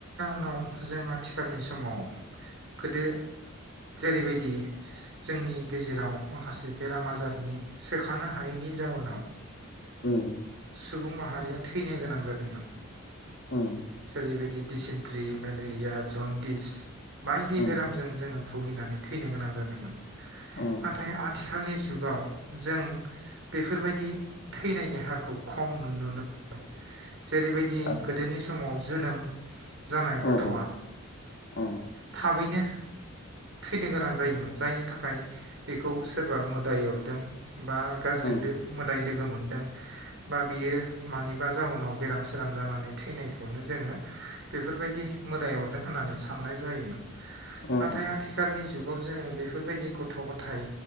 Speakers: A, on the right; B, on the left.
A: उनाव जों आथिखालनि समाव गोदो जेरैबायदि जोंनि गेजेराव माखासे बेराम आजारनि सोखानो हायैनि जाउनाव
B: औ
A: सुबुं माहारिया थैनो गोनां जादोंमोन
B: उम
A: जेरैबायदि दिडिसेन्ट्रि मेलेरिया जनदिस बायदि
B: उम
A: बेरामजों
B: उम
A: जोङो भुगिनानै थैनो गोनां जादोंमोन
B: उम
A: नाथाय आथि आथिखालनि जुगाव जों बेफोरबायदि थैनायनि हारखौ खम नुनो मोनो जेरैबायदि
B: उम
A: गोदोनि सम जोनोम जानाय गथ'आ
B: उम उम
A: थाबैनो थैनो गोनां जायोमोन जायनि थाखाय बेखौ सोरबा मोदाय अरदों। बा गाज्रि
B: उम
A: मोदाय लोगो लोगो मोनदों। बा बियो मानि बा जाउनाव बेराम सेराम जानानै थैनाय बे खौनो जोङो बेफोरबायदि मोदाय अरदों होननानै साननाय जायोमोन।
B: उम
A: नाथाय आथिखालनि जुग जुगाव जोङो बेफोरबायदि गथ' गथाय